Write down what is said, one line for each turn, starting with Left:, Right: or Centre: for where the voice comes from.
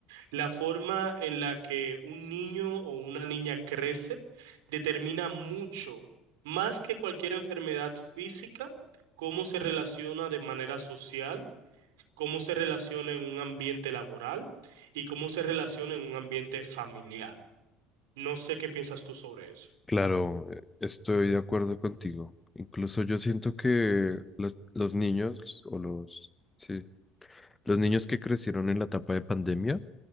Right: La forma en la que un niño o una niña crece determina mucho, más que cualquier enfermedad física, cómo se relaciona de manera social, cómo se relaciona en un ambiente laboral y cómo se relaciona en un ambiente familiar. No sé qué piensas tú sobre eso.
Left: Claro, eh, estoy de acuerdo contigo. Incluso yo siento que los, los niños o los, sí, los niños que crecieron en la etapa de pandemia,